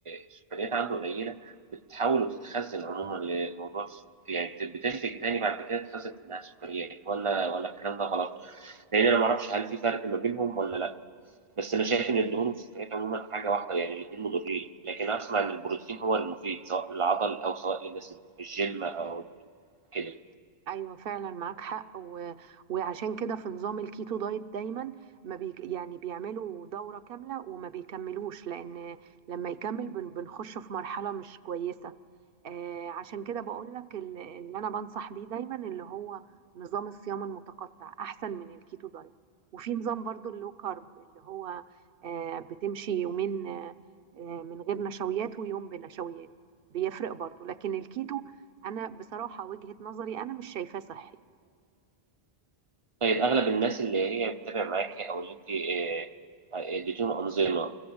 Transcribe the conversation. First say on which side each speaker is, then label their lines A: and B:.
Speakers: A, on the right; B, on the right.
A: السكريات عنده قليله بتتحول وتتخزن عموما لموضوع الس- يعني بت- بتنتج تاني بعد كده تتخزن في انها سكريات ولا ولا الكلام ده غلط لان انا ما اعرفش هل في فرق ما بينهم ولا لا بس انا شايف ان الدهون والسكريات عموما حاجه واحده يعني الاثنين مضرين لكن اسمع ان البروتين هو المفيد سواء للعضل او سواء للناس اللي في الجيم او كده
B: ايوه فعلا معاك حق و... وعشان كده في نظام الكيتو دايت دايما ما بي... يعني بيعملوا دورة كاملة وما بيكملوش لان لما يكمل بن... بنخش في مرحلة مش كويسة آه، عشان كده بقول لك اللي انا بنصح بيه دايما اللي هو نظام الصيام المتقطع احسن من الكيتو دايت وفي نظام برضو اللو كارب اللي هو آه، بتمشي يومين آه، آه، من غير نشويات ويوم بنشويات بيفرق برضو لكن الكيتو انا بصراحة وجهة نظري انا مش شايفاه صحي
A: طيب أغلب الناس اللي هي بتتابع معاكي أو اللي أنت آه، آه، اديتيهم أنظمة